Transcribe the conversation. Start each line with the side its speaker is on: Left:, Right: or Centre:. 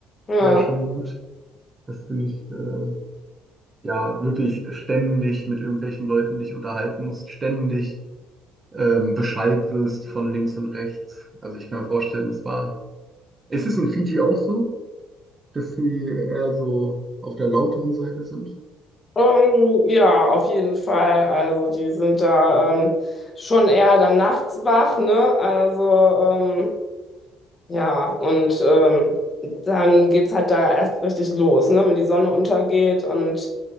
Left: Ja.
Right: wäre schon gut, dass du nicht äh, ja wirklich ständig mit irgendwelchen Leuten dich unterhalten musst, ständig ähm, beschallt wirst von links und rechts. Also ich kann mir vorstellen, es war. Ist es in Fiji auch so, dass sie eher so auf der lauteren Seite sind?
Left: Ähm, ja, auf jeden Fall. Also die sind da ähm, schon eher dann nachts wach, ne? Also ähm, ja, und ähm, dann geht's halt da erst richtig los, ne? Wenn die Sonne untergeht und